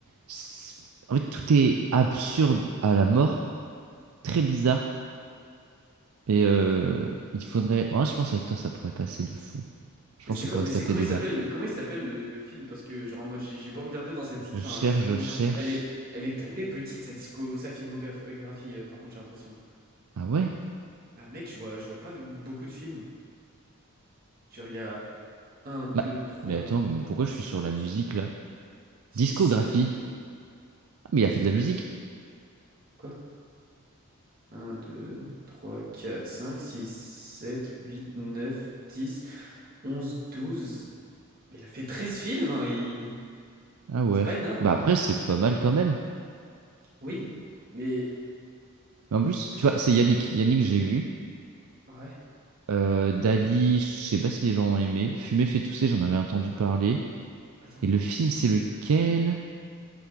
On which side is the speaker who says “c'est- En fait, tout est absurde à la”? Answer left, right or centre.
Right